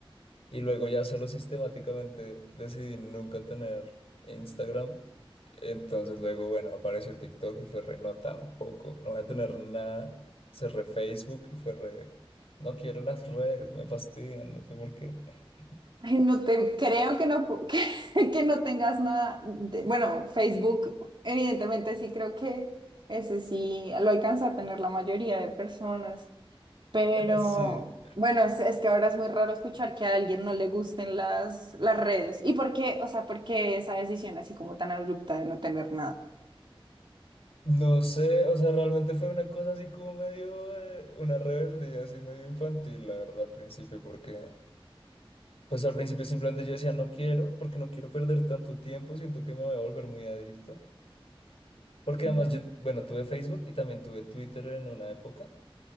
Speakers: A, on the left (about 85°); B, on the right (about 55°).
A: Y luego ya solo sistemáticamente decidí nunca tener Instagram. Entonces luego, bueno, apareció TikTok y fue re, no, tampoco, no voy a tener nada. Cerré Facebook y fue re, no quiero las redes, me fastidian, no sé por qué. <laughs>
B: Ay, no te creo que no, pu- <laughs> que, que no tengas nada. de- bueno, Facebook, evidentemente sí creo que ese sí lo alcanza a tener la mayoría de personas. Pero
A: Sí.
B: bueno, es, es que ahora es muy raro escuchar que a alguien no le gusten las, las redes. ¿Y por qué? O sea, ¿por qué esa decisión así como tan abrupta de no tener nada?
A: No sé, o sea, realmente fue una cosa así como medio, eh, una rebeldía así medio infantil, la verdad, al principio, porque Pues al principio simplemente yo decía, no quiero, porque no quiero perder tanto tiempo, siento que me voy a volver muy adicto. Porque
B: Ujú.
A: además yo, bueno, tuve Facebook y también tuve Twitter en una época